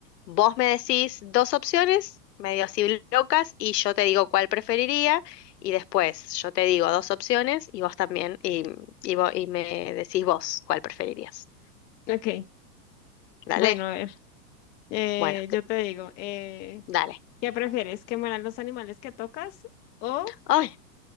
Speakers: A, on the left; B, on the left.
A: Vos me decís dos opciones, medio así locas, y yo te digo cuál preferiría, y después yo te digo dos opciones y vos también, y, y, vo- y me decís vos cuál preferirías.
B: Ok,
A: ¿Dale?
B: bueno, a ver, eh,
A: Bueno,
B: yo te digo, eh,
A: dale.
B: ¿qué prefieres? ¿Que mueran los animales que tocas o
A: Ay,